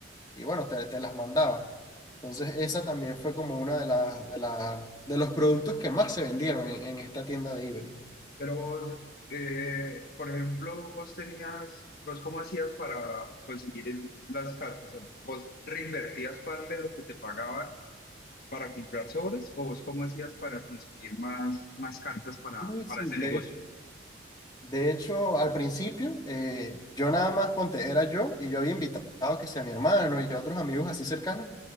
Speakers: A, on the left; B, on the left.
A: y bueno, te, te las mandaba. Entonces esa también fue como una de las, de las, de los productos que más se vendieron en, en esta tienda de eBay.
B: Pero vos, eh, por ejemplo, vos tenías, vos cómo hacías para conseguir el- las cartas? O sea, ¿Vos reinvertías parte de lo que te pagaban para comprar sobres o vos cómo hacías para conseguir más, más cartas para,
A: Sí,
B: para
A: sí,
B: ese
A: de
B: negocio?
A: hecho, de hecho, al principio eh, yo nada más ponte, era yo y yo había invitado que sea mi hermano y a otros amigos así cercanos.